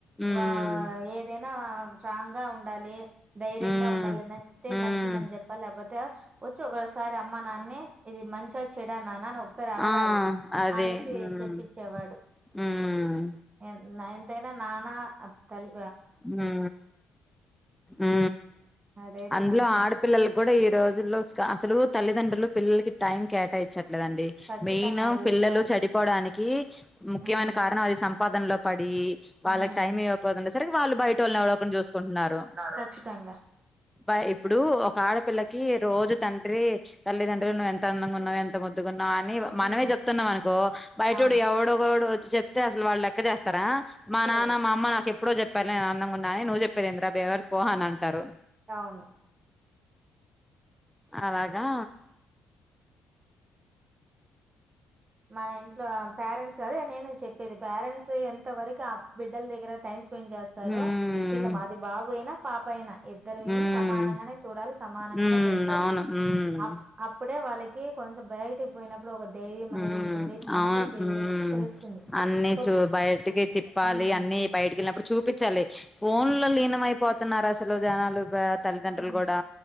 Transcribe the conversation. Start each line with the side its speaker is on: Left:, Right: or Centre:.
Centre: ఉమ్
Right: వా ఏదై న్నావా స్ట్రాంగ్ గా ఉండాలి ధైర్యంగా
Centre: ఉమ్
Right: ఉండాలి నచ్చితే
Centre: ఉమ్
Right: నచ్చిందని చెప్పాలి లేపోత్ తే వచ్చి ఒకసారి అమ్మ నాన్న ని ఇది మంచా చెడా నాన్న నువ్ ఒకసారి అడగాలి
Centre: ఆ అదే
Right: అనేసి
Centre: ఉమ్
Right: చెప్పిచ్చేవాడు
Centre: ఉమ్
Right: ఎందు నా ఎంతైనా నాన్న అ తలి
Centre: ఊ ఊ
Right: అదైతే
Centre: అందులో
Right: కన్ఫామ్
Centre: ఆడపిల్లలు కూడా ఈ రోజుల్లో అసలు తల్లిదండ్రులు పిల్లలకి టైం కేటాయిచ్చ ట్లేదండి
Right: ఖచ్చితంగా
Centre: మెయిను
Right: అది
Centre: పిల్లలు
Right: ఉండాలి
Centre: చెడిపోడానికి ముఖ్యమైన
Right: ఉమ్
Centre: కారణం అది సంపాదన లో పడి వాళ్ళకి
Right: ఉమ్
Centre: టైం ఇవ్వపోతుండే <inaudible> వాళ్ళు బయటోళ్ళును ఎవడో ఒకడిని చూసుకుంటున్నారు
Right: ఖచ్చితంగా
Centre: బ ఇప్పుడు ఒక ఆడపిల్ల కి రోజూ తండ్రి తల్లి తండ్రులు నువ్వు ఎంత అందంగా ఉన్నావు ఎంత ముద్దుగున్నావు ని మనమే
Right: ఉమ్
Centre: చెప్తున్నాం అనుకో బయటోడు
Right: అవును
Centre: ఎవడో ఒకోడు చెప్తే అసలు వాళ్ళు లెక్క చేస్తారా మా
Right: చేయరు
Centre: నాన్న మా అమ్మ నాకె ప్రోజె ప్పనే అందంగున్నా అని నువ్ చెప్పేది ఏందిరా బేవర్స్ పో అని అంటారు
Right: అవును
Centre: అలాగా
Right: మన ఇంట్లో పేరెంట్స్ అదే నేనూ చెప్పేది పేరెంట్స్ ఎంతవరకు ఆ బిడ్డల దగ్గర టైమ్ స్పెండ్ చేస్తారు
Centre: ఉమ్
Right: పిల్ల మాది బాబు అయినా పాపైనా ఇద్దరు ఇని
Centre: ఉమ్
Right: సమానంగానే చూడాలి సమానంగానే
Centre: ఉమ్
Right: పెంచాలి
Centre: అవును ఉమ్
Right: అప్ అప్పుడే వాళ్ళ కే కొంచెం బయటికి పోయినా ప్పుడు ఒక దైర్యం అనేది
Centre: ఊ
Right: ఉంటుంది మంచి
Centre: అవును
Right: చేదు
Centre: ఊ
Right: తెలుస్తుంది
Centre: ఊ అన్నీ
Right: పొద్
Centre: చూ బయటికి తిప్పాలి
Right: ఉమ్
Centre: అన్నీ బయటికి వెళ్ళినప్పుడు చూ పిచ్చలే ఫోన్ లో లీనమైపోతున్నారు అస్ తులు జనాలు గా తల్లిదండ్రులు
Right: ఉమ్
Centre: కూడా